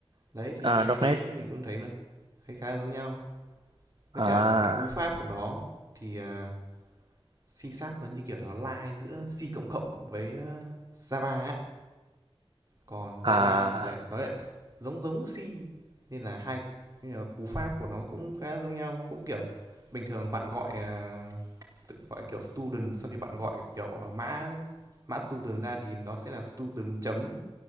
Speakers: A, on the right; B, on the right.
A: Đấy, thì
B: à,
A: hai cái đấy
B: nét
A: mình cũng thấy nó thấy khá giống nhau. Với
B: à
A: cả là cái cú pháp của nó thì, à, C Sharp nó như kiểu nó lai giữa C cộng cộng với ờ, Java ấy. Còn Java
B: à
A: thì lại nó lại giống giống C nên là hai là cú pháp của nó cũng khá giống nhau cũng kiểu bình thường bạn gọi ờ, tự gọi kiểu student xong thì bạn gọi kiểu ờ, mã mã student ra thì nó sẽ là student chấm